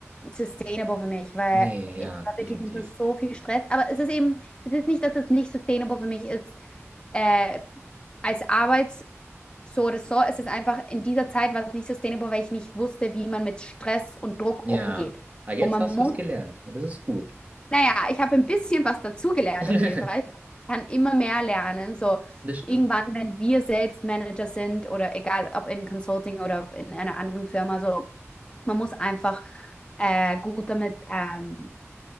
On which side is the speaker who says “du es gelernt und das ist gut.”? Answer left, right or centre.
Right